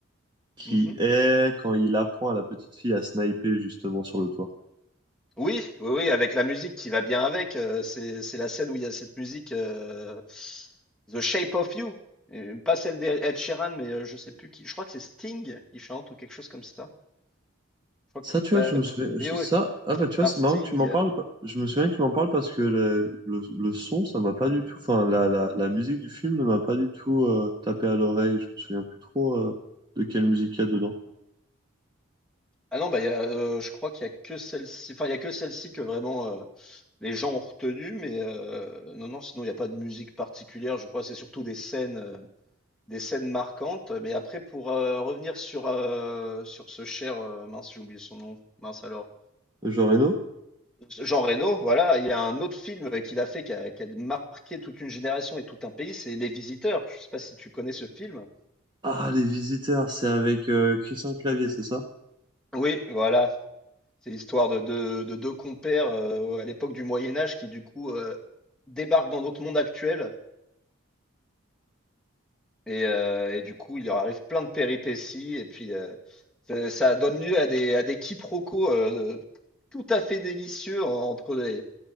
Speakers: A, on the right; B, in the centre.
A: qui
B: Mhm.
A: est quand il apprend à la petite fille à sniper justement sur le toit.
B: Oui, oui, oui, avec la musique qui va bien avec. euh, c'est, c'est la scène où il y a cette musique euh, The Shape of You. Et pas celle d'Ed Sheeran, mais euh, je sais plus qui. Je crois que c'est Sting qui chante ou quelque chose comme ça. Je crois
A: Ça,
B: que
A: tu vois,
B: la
A: je me
B: BO
A: souviens. je- ça,
B: est
A: ah bah,
B: faite
A: tu vois,
B: par
A: c'est
B: Sting.
A: marrant que tu m'en parles. pa- Je me souviens que tu m'en parles parce que le, le, le son, ça m'a pas du tout. Enfin, la, la, la musique du film ne m'a pas du tout euh, tapé à l'oreille. Je me souviens plus trop euh, de quelle musique il y a dedans.
B: Ah non, bah, il y a, euh, je crois qu'il y a que celle-ci. Enfin, il y a que celle-ci que vraiment euh, les gens ont retenu, mais euh, non, non, sinon il n'y a pas de musique particulière. Je crois que c'est surtout des scènes. euh, Des scènes marquantes, mais après pour, heu, revenir sur, heu, sur ce cher, heu, mince, j'ai oublié son nom, mince alors,
A: Jean Reno?
B: Jean Reno, voilà, il y a un autre film qu'il a fait qui a qui a marqué toute une génération et tout un pays, c'est Les Visiteurs. Je ne sais pas si tu connais ce film?
A: Ah, Les Visiteurs, c'est avec euh, Christian Clavier, c'est ça?
B: Oui, voilà, c'est l'histoire de 2 de 2 compères, heu, à l'époque du Moyen Âge qui du coup, heu, débarquent dans notre monde actuel Et, euh, et du coup, il leur arrive plein de péripéties. Et puis, euh, ça, ça donne lieu à des, à des quiproquos euh, tout à fait délicieux en- entre des,